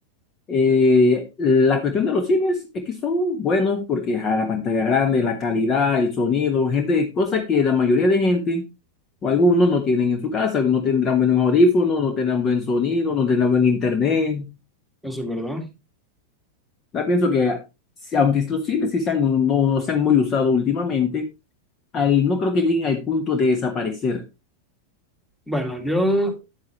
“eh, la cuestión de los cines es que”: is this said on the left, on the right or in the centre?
Left